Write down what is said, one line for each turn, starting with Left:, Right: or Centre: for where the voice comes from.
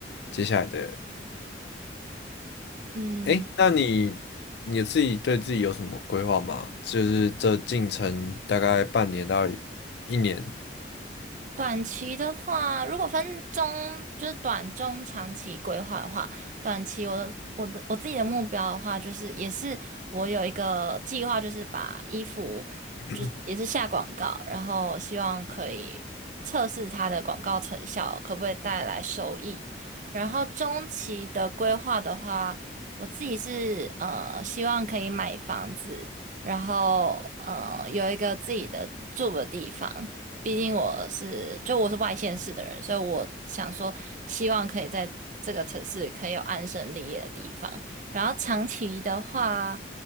Left: 接下来的。
Right: 嗯。
Left: 哎，那你你自己对自己有什么规划吗？就是这进程大概半年到一年，
Right: 短期的话，如果分中，就是短、中、长期规划的话，短期我的我的我自己的目标的话，就是也是我有一个计划，就是把衣服就是也是下广告，
Left: <clears throat>
Right: 然后希望可以测试它的广告成效，可不可以带来收益。然后中期的规划的话，我自己是呃希望可以买房子，然后呃有一个自己的住的地方。毕竟我是就我是外县市的人，所以我想说，希望可以在这个城市可以有安身立业的地方。然后长期的话，